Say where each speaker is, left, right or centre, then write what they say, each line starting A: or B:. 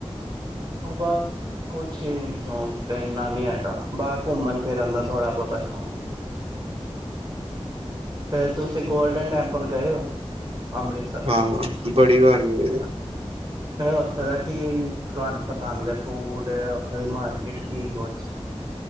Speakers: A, on the right; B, on the right.
A: ਓ ਬਸ ਕੁਛ ਵੀ ਨੀ ਸ਼ੌਕ ਤੇ ਇੰਨਾ ਨੀ ਹੈਗਾ ਬਾਰ ਘੁੰਮਣ- ਫਿਰਨ ਦਾ ਥੋੜਾ ਬਹੁਤਾ ਸ਼ੌਕ ਏ ਕਦੇ ਤੁਸੀਂ ਗੋਲਡਨ ਟੈਂਪਲ ਗਏ ਓ ਅੰਮ੍ਰਿਤਸਰ?
B: ਹਾਂ ਬੜੀ ਵਾਰ ਗਏ ਨੇ
A: ਤੇ ਓਥੇ ਦਾ ਕਿ ਤੁਹਾਨੂੰ ਪਸੰਦ ਐ ਫੂਡ? ਤੇ ਉੱਥੇ ਦੀ ਮਾਰਕੀਟ ਕੀ ਕੁੱਛ?